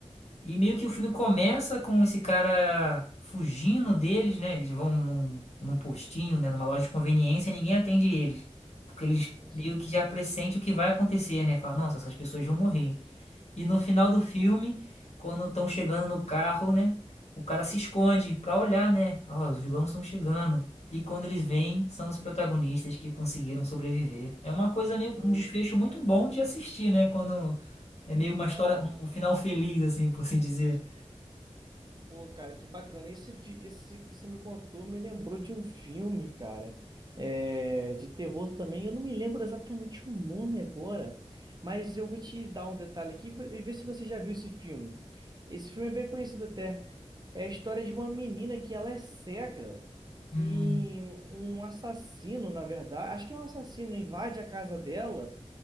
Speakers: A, on the left; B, on the right.
A: e meio que o filme começa com esse cara fugindo deles, né? Eles vão num, num postinho, né? Numa loja de conveniência e ninguém atende eles. Porque eles
B: sim, sim.
A: meio que já pressentem o que vai acontecer, né? Fala, nossa, essas pessoas vão morrer. E no final do filme, quando estão chegando no carro, né? O cara se esconde pra olhar, né? Ó, os vilões estão chegando. E quando eles vêm, são os protagonistas que conseguiram sobreviver. É uma coisa meio
B: Pô,
A: um desfecho
B: cara,
A: muito bom de assistir, né? Quando é meio uma
B: que bacana.
A: história, um final feliz, assim, por se dizer.
B: Pô, cara, que bacana. Esse, fi- esse que você me contou me lembrou de um filme, cara, é, de terror também. Eu não me lembro exatamente o nome agora, mas eu vou te dar um detalhe aqui e ver se você já viu esse filme. Esse filme é bem conhecido até. É a história de uma menina que ela é cega
A: Hum,
B: e um assassino, na verdade, acho que é um assassino, invade a casa dela.